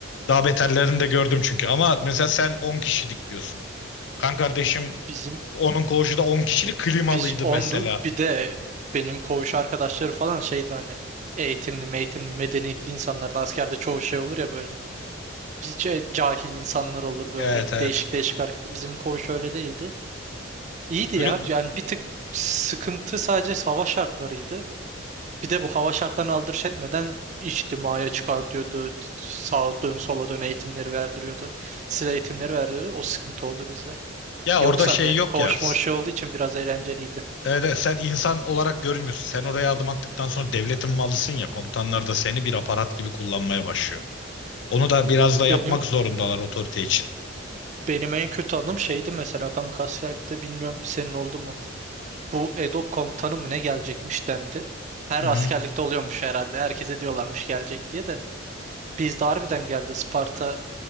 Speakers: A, on the left; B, on the right.
A: Daha beterlerini de gördüm çünkü. Ama mesela sen 10 kişilik diyorsun. Kan kardeşim
B: Bizim
A: onun koğuşu da 10 kişilik klimalıydı
B: biz 10'duk.
A: mesela.
B: Bir de benim koğuş arkadaşları falan şeydi hani eğitimli, eğitimli, medeniyetli insanlar da askerde çoğu şey olur ya böyle. C- c- Cahil insanlar olur böyle.
A: Evet evet.
B: Değişik değişik hareket. Bizim koğuş öyle değildi. İyiydi
A: Öyle
B: ya. Yani bir tık sıkıntı sadece hava şartlarıydı. Bir de bu hava şartlarını aldırış etmeden içtimaya çıkartıyordu. Sağa dön sola dön eğitimleri verdiriyordu. Size eğitimleri verdiriyordu. O sıkıntı oldu bizde.
A: ya
B: Yoksa
A: orada şey
B: hani
A: yok
B: koğuşma
A: ya.
B: şey olduğu için biraz eğlenceliydi.
A: Evet, evet sen insan olarak görünmüyorsun. Sen oraya adım attıktan sonra devletin malısın ya. Komutanlar da seni bir aparat gibi kullanmaya başlıyor. Onu da biraz da yapmak
B: Benim
A: zorundalar otorite için.
B: benim en kötü anım şeydi mesela kanka askerlikte bilmiyorum senin oldu mu? Bu EDOK komutanı mı ne gelecekmiş dendi. Her
A: Hı
B: askerlikte
A: hı.
B: oluyormuş herhalde. Herkese diyorlarmış gelecek diye de. Bizde harbiden geldi Isparta